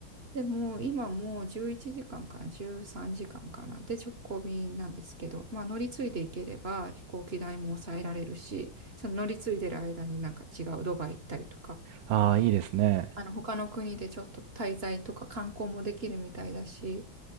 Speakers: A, on the right; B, on the right.
A: でも、今もう11時間かんから13時間かんかな。で、直行便なんですけど、まあ乗り継いでいければ飛行機代も抑えられるし、その乗り継いでる間になんか違うドバイ行ったりとか、
B: ああ、いいですね。
A: あの他の国でちょっと滞在とか観光もできるみたいだし、